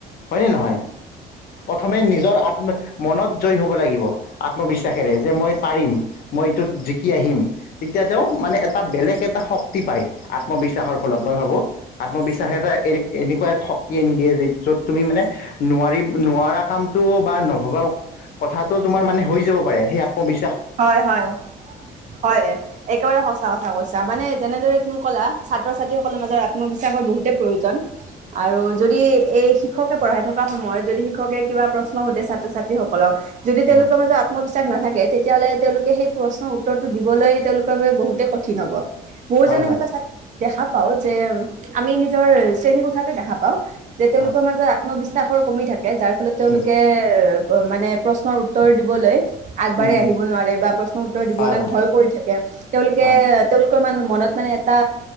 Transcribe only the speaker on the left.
হয় নে নহয়? প্ৰথমে, নিজৰ আত্ম, মনত জয়ী হ'ব লাগিব, আত্মবিশ্বাসেৰে। যে মই পাৰিম! মই এইটোত জিকি আহিম! তেতিয়া, তেওঁ মানে, এটা বেলেগ এটা শক্তি পাই, আত্মবিশ্বাসৰ ফলত। মই ভাবোঁ! আত্মবিশ্বাস এটা এ, এনেকুৱা এক শক্তি আনি দিয়ে যে, য'ত তুমি মানে, নোৱাৰি-নোৱাৰা কামটো বা নভবা কথাটো তোমাৰ মানে, হৈ যাব পাৰে। সেই আত্মবি
উম
হয়
হয়
হয়
উম
উম
উম
হয় হয়
হয়